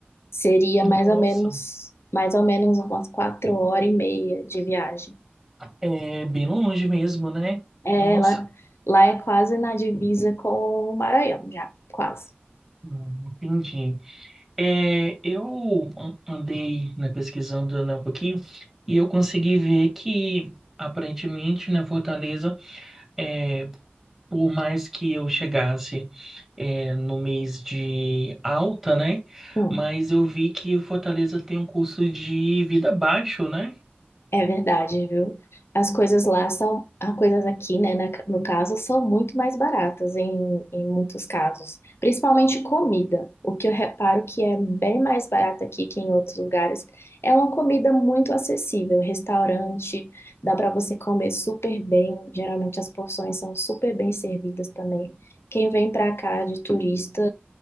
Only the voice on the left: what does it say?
Seria
mais ou menos, mais ou menos umas quatro horas e meia de viagem.
É,
lá, lá é quase na divisa com o Maranhão, já, quase.
Hum.
É verdade, viu? As coisas lá são, as coisas aqui, né, na- no caso, são muito mais baratas em, em muitos casos, principalmente comida. O que eu reparo que é bem mais barato aqui que em outros lugares é uma comida muito acessível, restaurante, dá para você comer super bem, geralmente as porções são super bem servidas também. Quem vem para cá de turista